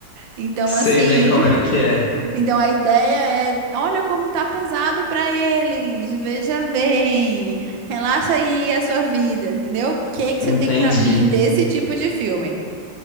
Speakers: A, on the right (about 75°); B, on the left (about 60°).
A: Então,
B: sei
A: assim.
B: bem como
A: <laughs>
B: é que é.
A: Então a ideia é, olha como tá pesado para eles. Veja bem. Relaxa aí a sua vida, entendeu? O que que
B: Entendi.
A: você tem para mim desse tipo de filme?